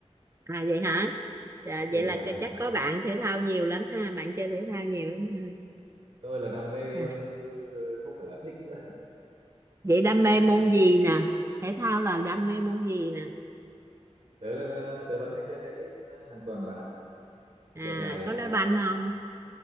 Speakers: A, on the right; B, on the right.
A: à vậy hả dạ,
B: do chơi
A: vậy
B: thể
A: là
B: thao
A: cái-
B: hàng
A: chắc
B: hàng
A: có bạn thể thao nhiều lắm ha bạn chơi thể thao nhiều lắm
B: tôi là đam mê luôn
A: ha à.
B: ấy chứ không phải là thích nữa
A: vậy đam mê
B: <laughs> nghiện
A: môn gì nè thể thao là đam mê môn gì nè
B: tớ là- tớ vẫn hay chơi tennis ờ, hàng tuần bạn ạ
A: à
B: đợt này
A: có
B: à,
A: đá banh không